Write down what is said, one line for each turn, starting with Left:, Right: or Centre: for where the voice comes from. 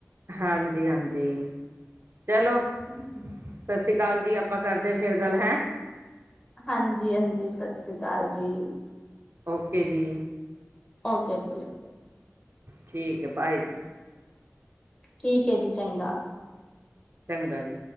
Right: ਹਾਂਜੀ-ਹਾਂਜੀ ਚਲੋ
Left: ਹੂੰ-ਹਂ
Right: ਸਾ ਸ਼੍ਰੀ ਕਾਲ ਜੀ ਆਪਾਂ ਕਾਰਦੇ ਆਂ‌ ਫੇਰ ਗੱਲ ਹੈ
Left: ਹਾਂਜੀ-ਹਾਂਜੀ ਸਤਿ ਸ੍ਰੀ ਅਕਾਲ ਜੀ।
Right: ਓਕੇ ਜੀ।
Left: ਓਕੇ ਜੀ। ਓਕੇ
Right: ਠੀਕ ਐ, ਬਾਏ ਜੀ।
Left: ਠੀਕ ਏ ਜੀ ਚੰਗਾ
Right: ਚੰਗਾ ਜੀ।